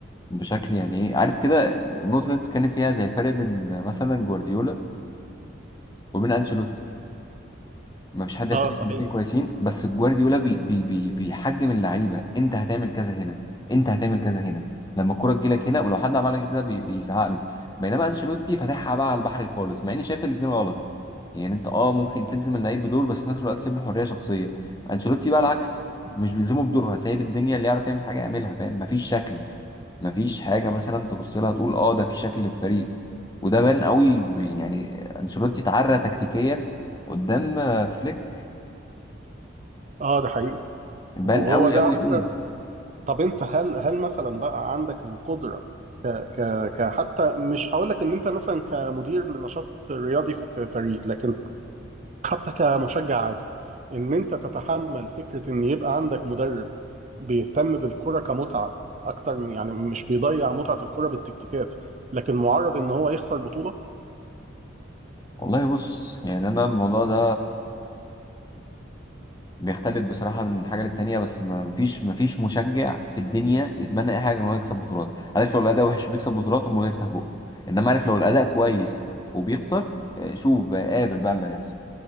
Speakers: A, on the left (about 20°); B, on the right (about 35°).
A: بشكل يعني ايه عارف كده النقطة اللي انت بتتكلم فيها زي الفرق بين مثلا جوارديولا وبين انشيلوتي ما فيش حد يختلف
B: اه صحيح
A: ان الاثنين كويسين بس جوارديولا بي بي بي بيحجم اللعيبه انت هتعمل كذا هنا انت هتعمل كذا هنا لما الكره تجيلك هنا ولو حد عمل لك كده بي بيزعق له بينما انشيلوتي فاتحها بقى على البحر خالص مع اني شايف الاثنين غلط يعني انت اه ممكن تلزم اللعيب بدور بس في نفس الوقت تسيب له حريه شخصيه انشيلوتي بقى العكس مش بيلزمه بدورها سايب الدنيا اللي يعرف يعمل حاجه يعملها فاهم مفيش شكل مفيش حاجه مثلا تبص لها تقول اه ده في شكل للفريق وده بان قوي يعني انشيلوتي اتعرى تكتيكيا قدام آه، فليك
B: اه ده حقيقي وهو
A: بان قوي
B: ده
A: قوي
B: على فكرة
A: قوي
B: طب انت هل هل مثلا بقى عندك القدره ك ك ك حتى مش هقول لك ان انت مثلا كمدير لنشاط رياضي في فريق لكن حتى كمشجع عادي ان انت تتحمل فكره ان يبقى عندك مدرب بيهتم بالكره كمتعه اكتر من- يعني مش بيضيع متعه الكره بالتكتيكات لكن معرض ان هو يخسر بطوله
A: والله بص يعني انا الموضوع ده بيختلف بصراحه من حاجه للتانيه بس ما فيش ما فيش مشجع في الدنيا يتمنى اي حاجه غير ان هو يكسب بطولات عارف لو الاداء وحش وبيكسب بطولات هم يفتح بقه انما عارف لو الاداء كويس وبيخسر آه، شوف بقى قابل بقى اللي هيحصل